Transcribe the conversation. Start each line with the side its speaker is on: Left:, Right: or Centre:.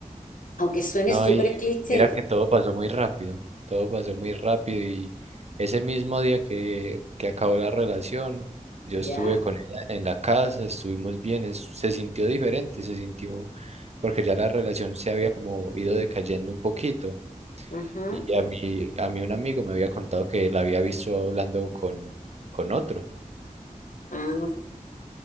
Left: Aunque suene
Right: No,
Left: súper
Right: y
Left: cliché,
Right: mira que todo pasó muy rápido, todo pasó muy rápido y ese mismo día que, que acabó la relación, yo
Left: ¿ya?
Right: estuve con ella en la casa, estuvimos bien, es- se sintió diferente, se sintió porque ya la relación se había como ido decayendo un poquito
Left: Ajá.
Right: y a mí, a mí un amigo me había contado que la había visto hablando con, con otro
Left: Ah,